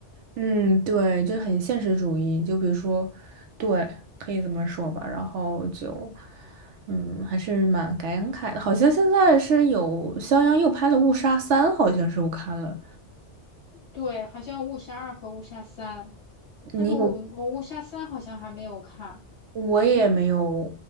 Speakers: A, on the right; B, on the left.
A: 嗯，对，就很现实主义。就比如说，对，可以这么说吧。然后就，嗯，还是蛮感慨的。好像现在是有肖央又拍了《误杀三》，好像是我看了。
B: 对，好像《误杀二》和《误杀三》，
A: 你有？
B: 但是我我《误杀三》好像还没有看。
A: 我也没有